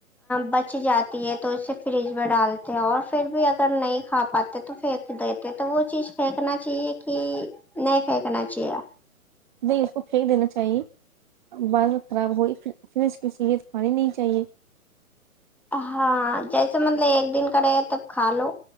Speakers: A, in the centre; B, on the right.
A: بچ جاتی ہے تو اسے فریج میں ڈال اور پھر بھی اگر نہیں کھا پاتے تو پھیک دیتے تو وہ چیز پھینکنا چاہیے کہ نہیں پھینکنا چاہیے
B: نہیں اس کو پھینک دینا چاہیے بعد میں خراب ہوئی فریج کی چیزے تو کھانی نہیں چاہیے
A: ہاں جیسے مطلب ایک دن کا راہے تب کھا لو